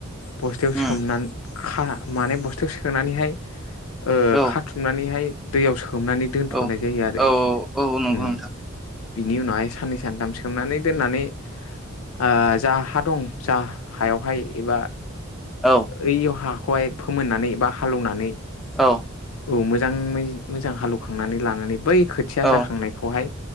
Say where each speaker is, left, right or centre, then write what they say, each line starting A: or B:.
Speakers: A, on the left (about 80°); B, in the centre.
A: बस्थायाव
B: उम
A: सोमनानै खा माने बस्थायाव सोम सोनानैहाय ओ
B: औ
A: खाथुमनानैहाय दैयाव सोमनानै दोनथ'नाय
B: औ
A: जायो आरो
B: औ औ नंगौ
A: उम
B: नोंथां
A: बिनि उनावहाय साननै सानथाम सोमनानै दोननानै ओ जा हा दं जा हायावहाय एबा
B: औ
A: ओइ हाखौहाय फोमोननानै बा हालौनानै
B: औ
A: औ मोजाङै मोजां हालौवखांनानै लानानै बै खोथि खोथिया
B: औ
A: जाखांनायखौहाय